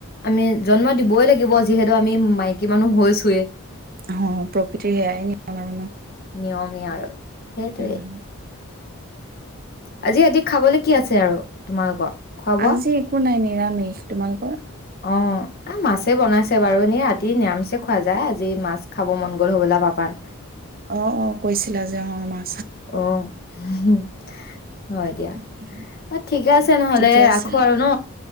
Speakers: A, on the left (about 45°); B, on the right (about 40°).
A: আমি জন্ম দিবই লাগিব। যিহেতু আমি মাইকী মানুহ হৈ
B: অ প্ৰকৃতিৰ সেয়াই নিয়ম আৰু ন।
A: নিয়মেই আৰু। সেইটোৱে,
B: উম,
A: আজি সিহঁতি খাবলৈ কি আছে আৰু তোমালোকৰ খোৱা বোৱা?
B: আজি একো নাই-নাই। নিবামিখ' তোমালোকৰ
A: অ মাছে বনাইছে বাৰু এনে ৰাতি নিৰামিছে খোৱা যায় আজি। আজি মাছ খাব মন গ'ল হ'বলা পাপাৰ।
B: অ-অ কৈছিলা যে অ' মা
A: অ'। <inaudible> হয় দিয়া।
B: তাকে
A: অ' ঠিকে আছে নহ'লে
B: ঠিকে আছে
A: ৰাখো আৰু ন,